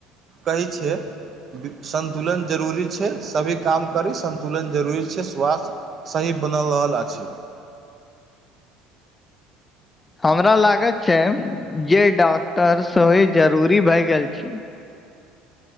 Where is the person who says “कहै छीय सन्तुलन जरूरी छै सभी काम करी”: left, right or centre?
Right